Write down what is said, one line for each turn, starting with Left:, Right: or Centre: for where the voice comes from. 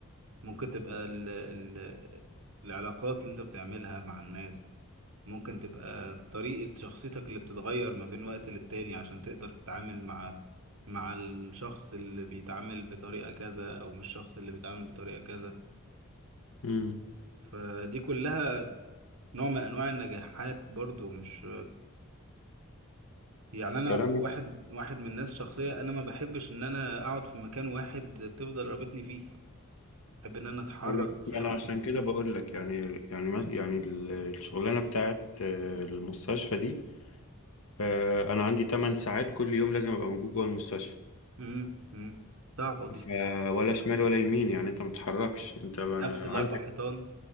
Right: ممكن تبقى ال ال العلاقات اللي انت بتعملها مع الناس ممكن تبقى طريقة شخصيتك اللي بتتغير ما بين وقت للتاني عشان تقدر تتعامل مع مع الشخص اللي بيتعامل بطريقة كذا أو مش الشخص اللي بيتعامل بطريقة كذا
Left: امم
Right: فدي كلها نوع من أنواع النجاحات برضو مش يعني أنا
Left: كلامك
Right: واحد واحد من الناس شخصية أنا ما بحبش إن أنا أقعد في مكان واحد تفضل رابطني فيه بحب إن أنا أتحرك
Left: انا
Right: في
Left: يعني
Right: أماكن
Left: أنا عشان كده بقول لك يعني يعني مس- يعني ال- الشغلانه بتاعت آه، المستشفى دي آه، انا عندي 8 ساعات كل يوم لازم ابقى موجود جوه المستشفى
Right: امم صعبة دي
Left: ف- ولا شمال ولا يمين يعني انت ما بتتحركش انت ما-
Right: نفس الاربع
Left: عندك
Right: حيطان